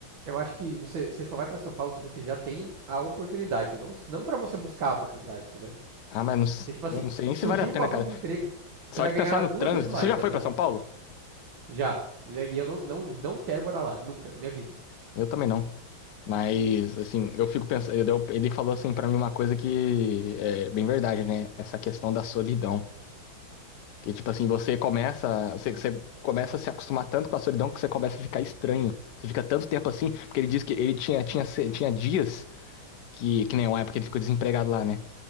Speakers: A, on the right; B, on the left.
A: Eu acho que você, você só vai pra São Paulo se você já tem a oportunidade. Não, não para você buscar a oportunidade, entendeu?
B: Ah, mas não, s-
A: Você, tipo
B: pô,
A: assim,
B: não sei nem
A: surgiu
B: se vale a pena,
A: um bagulho
B: cara.
A: do emprego, você
B: Só
A: vai
B: de
A: ganhar
B: pensar no
A: duas
B: trânsito.
A: vezes mais,
B: Você já
A: tá
B: foi
A: ligado?
B: para São Paulo?
A: Já. E e eu não, não, não quero morar lá, nunca, na minha vida.
B: Eu também não. Mas, assim, eu fico pensando. eu- Ele falou, assim, para mim uma coisa que é bem verdade, né? Essa questão da solidão. Que tipo assim, você começa, você, você começa a se acostumar tanto com a solidão que você começa a ficar estranho. Você fica tanto tempo assim, porque ele diz que ele tinha tinha se- tinha dias que que nem uma época ele ficou desempregado lá, né?